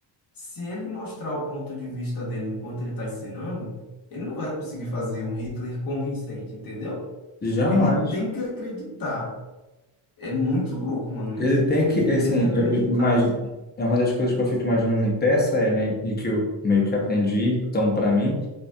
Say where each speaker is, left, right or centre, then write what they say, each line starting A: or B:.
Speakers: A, on the left; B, on the left.
A: se ele mostrar o ponto de vista dele enquanto ele está ensinando, ele não vai conseguir fazer um Hitler convincente, entendeu?
B: Jamais.
A: Ele tem que acreditar. É muito louco, mano,
B: Ele
A: isso.
B: tem que,
A: Ele
B: assim,
A: tem que acreditar
B: eu, eu imagino,
A: que...
B: é uma das coisas que eu fico imaginando em peça, é, né, e que eu meio que aprendi, então, para mim,